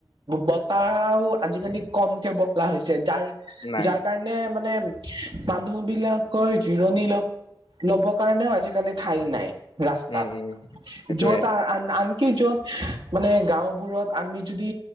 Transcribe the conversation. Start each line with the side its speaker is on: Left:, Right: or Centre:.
Right: বতাহও আজিকালি কমকে বলাহ হৈছে যাৰ।
Left: নাই
Right: যাৰ কাৰণে মানে মানুহ বিলাকৰ জিৰণি ল ল'ব কাৰণেও আজিকালি ঠাই নাই। ৰাস্তাত
Left: উম উম সেইটোৱে
Right: যত আনকি য'ত মানে গাঁওবোৰত আমি যদি